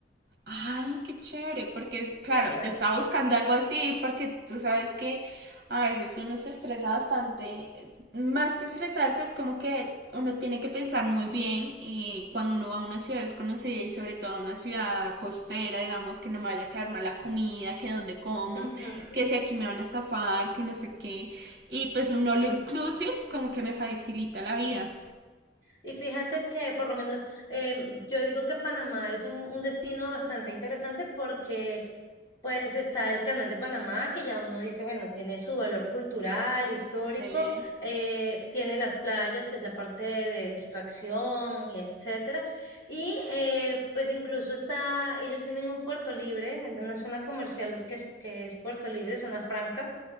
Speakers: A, on the right; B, on the left.
A: Ay, qué chévere, porque es- claro,
B: Y pues,
A: yo estaba buscando algo así, porque tú sabes que a veces uno se estresa bastante. Más que estresarse, es como que uno tiene que pensar muy bien y cuando uno va a una ciudad desconocida y sobre todo a una ciudad costera, digamos, que no me vaya a caer mal la comida, que dónde como,
B: ujú,
A: que si aquí me van a estafar, que no sé qué. Y pues un all
B: sí.
A: inclusive como que me facilita la vida.
B: Y fíjate que por lo menos eh, yo digo que Panamá es un, un destino bastante interesante porque pues está el Canal de Panamá, que ya uno dice, bueno, tiene su valor cultural, histórico,
A: Eh,
B: eh, tiene las playas, que es la parte de, distracción, y etcétera. Y eh, pues incluso está, ellos tienen un puerto libre, en una zona comercial que es, que es Puerto Libre, zona franca,